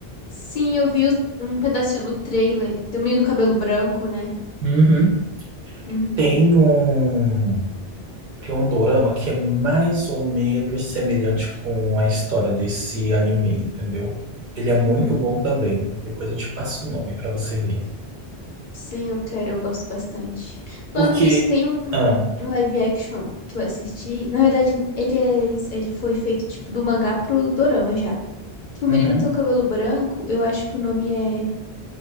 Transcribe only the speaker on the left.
Sim, eu vi o- um pedacinho do trailer. Tem um menino do cabelo branco, né?
Uhum.
Uhum.
Sim, eu quero, eu gosto bastante.
Falando nisso, tem um,
um live action que eu assisti. Na verdade, ele é, ele foi feito tipo do mangá pro dorama já. Que o menino
tem um cabelo branco, eu acho que o nome é